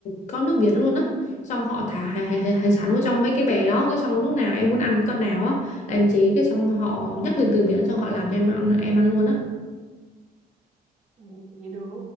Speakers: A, on the left; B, on the right.
A: có nước biển luôn á xong họ thả hải, hải, hải, hải sản vô trong mấy cái bè đó cái xong lúc nào em muốn ăn cái con nào á là em chế cái xong họ nhắc lên từ biển xong họ làm cho em ăn em ăn luôn á
B: Ừ, vậy được